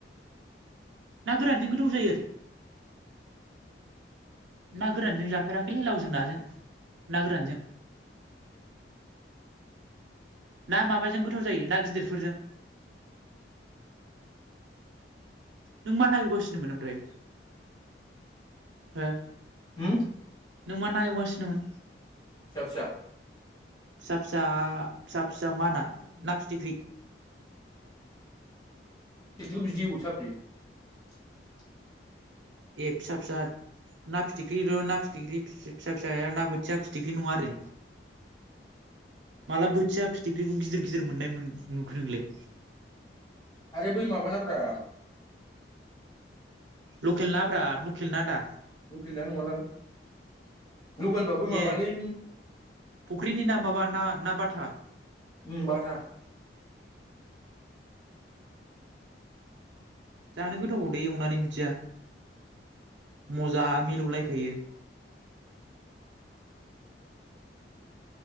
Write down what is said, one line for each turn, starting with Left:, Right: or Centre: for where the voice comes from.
Right: ना गोरानजों गोथाव जायो आरो ना गोरानजों जाफेराखैलै लावजों नाजों ना गोरानजों ना माबाजों गोथाव जायो ना गिदिरफोरजों नों मा ना एवगासिनोमोन ओमफ्राय हो
Left: होम
Right: नों मा ना एवगासिनोमोन
Left: सा फिसा
Right: फिसा फिसा फिसा फिसा मा होना ना फिथिख्रि
Left: <unintelligible>
Right: ए फिसा फिसा ना फिथिख्रिल' ना फिथिख्रि फिसा फिसाया ना बोथिया फिथिख्रि नङा आरो माला <unintelligible> फिथिख्रिखौ गिदिर गिदिर मोननायमोन नुखो नोंलै
Left: आरो बै माबानाब्रा <inaudible>
Right: लकेल ना ब्रा लकेल ना दा
Left: लकेल ना नङा दां लकेल बाबो
Right: ए
Left: माबालै
Right: फुख्रिनि ना माबा ना ना बाथा
Left: ओम बाथा
Right: जानो गोथावबावदे एवनानै बिदिया मजा मिलौलायखायो